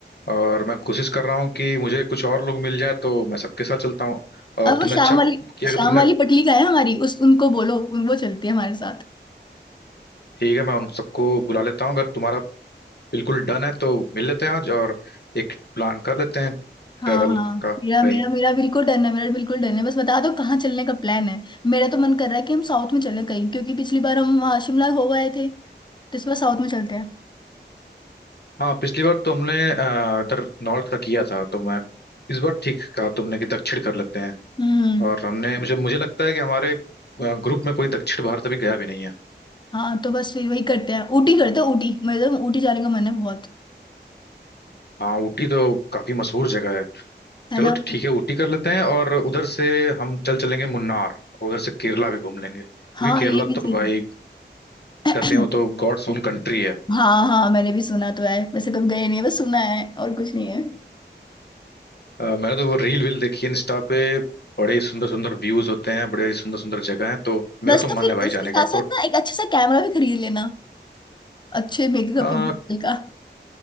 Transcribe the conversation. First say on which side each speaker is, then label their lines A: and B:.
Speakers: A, on the left (about 60°); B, on the left (about 25°).
A: और मैं कोशिश कर रहा हूँ कि मुझे कुछ और लोग मिल जाए तो मैं सबके साथ चलता हूँ और
B: अब वो
A: तुमने
B: शाम
A: अच्छा
B: वाली
A: किया
B: शाम
A: कि तुमने
B: वाली पटली का है हमारी उस उनको बोलो उन वो चलती है हमारे साथ
A: ठीक है मैं उन सबको बुला लेता हूँ अगर तुम्हारा बिल्कुल डन है तो मिल लेते हैं आज और एक प्लान कर लेते हैं
B: हाँ
A: ट्रेवल
B: हाँ
A: का
B: मेरा
A: कहीं
B: मेरा मेरा बिल्कुल डन है मेरा बिल्कुल डन है बस बता दो कहाँ चलने का प्लान है मेरा तो मन कर रहा है कि हम साउथ में चले कहीं क्योंकि पिछली बार हम वहाँ शिमला हो गए थे तो इस बार साउथ में चलते हैं
A: हाँ पिछली बार तुमने अ, इधर नॉर्थ का किया था तो मैं इस बार ठीक कहा तुमने कि दक्षिण कर लेते हैं
B: हम्म
A: और हमने मुझे मुझे लगता है कि हमारे अ, ग्रुप में कोई दक्षिण भारत अभी गया भी नहीं है
B: हाँ तो बस फिर वही करते हैं ऊटी करते हैं ऊटी मेरे तो ऊटी जाने का मन है बहुत
A: हाँ ऊटी तो काफी मशहूर जगह है
B: है
A: चलो
B: ना
A: ठीक है ऊटी कर लेते हैं और उधर से हम चल चलेंगे मुन्नार और उधर से केरला भी घूम लेंगे क्योंकि
B: हाँ
A: केरला
B: ये
A: तो
B: भी सही
A: भाई
B: है <clears throat>
A: कहते हैं वो तो गॉड्स ओन कंट्री है
B: हाँ हाँ मैंने भी सुना तो है वैसे कभी गए नहीं है, बस सुना है और कुछ नहीं है
A: अ, मैंने तो वो रील वील देखी है इंस्टा पे बड़े सुंदर सुंदर व्यूज होते हैं बड़े सुंदर सुंदर जगह है तो मेरा
B: बस
A: तो
B: तो
A: मन
B: फिर
A: है भाई
B: उसके
A: जाने
B: साथ
A: का
B: साथ ना एक अच्छा सा कैमरा भी खरीद लेना अच्छे मेकअप
A: तो
B: का